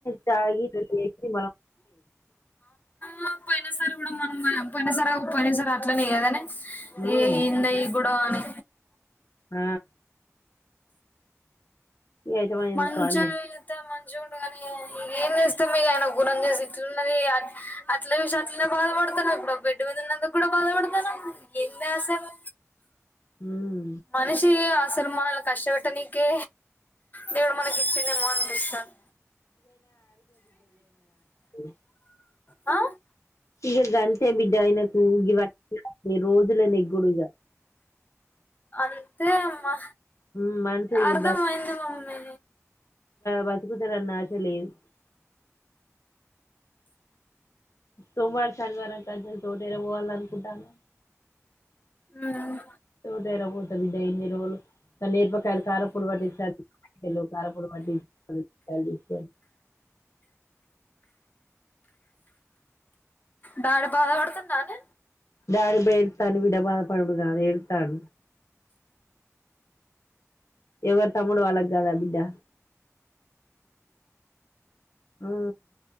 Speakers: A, on the left; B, on the left.
A: తాగి లొల్లి చేసి మలం
B: అ పోయినా సరి కూడా మొన్న పోయిన సారి కాక పోయినసారి అట్లనే కదనే
A: ఉమ్
B: ఏ ఏందో ఈ గొడవ అని
A: ఆ ఇగ అయితమని
B: మంచో
A: ఊకో అని నేను
B: ఏతే మంచిగుండుగానీ ఏం చేస్తుందు ఇగ ఆయన గుణం చేసి ఇట్లున్నది అట్ల అట్లనే బాధపడు డతా ఇప్పుడు బెడ్ మీద ఉన్నందుకు కూడా బాధపడతాంది ఏంది అసలు
A: ఉమ్
B: మనిషి అసలు మనల్ని కష్టపెట్టనికే దేవుడు మనకి ఇచ్చిండేమో అనిపిస్తది
A: మ్
B: ఆ
A: ఇగ గంటే బిడ్డ ఆయనకు గివన్న రోజులే నెగ్గుడుగా
B: అంతే అమ్మా
A: ఉమ్ మనిషి ఇగ
B: అర్ధం అయింది మమ్మి
A: బతుకుతాడన్నా ఆశ లేదు సోమ్వరు శనివారం కలసి తోట కి పోవాల అనుకుంటాన
B: ఉమ్
A: తోట దగ్గర పోత బిడ్డా ఎన్ని రోజులు త నేర్పకాయలు కారపూడి బట్టి చా లో కరపూడి <unintelligible>
B: బడా పగాగాలాగోడుతున్నను
A: డాడీ బేధ బాధ పడుడు కాదు బిడ్డా <unintelligible> ఎవరు తమ్ముడు వాళ్ళకీ కాదా బిడ్డా ఆ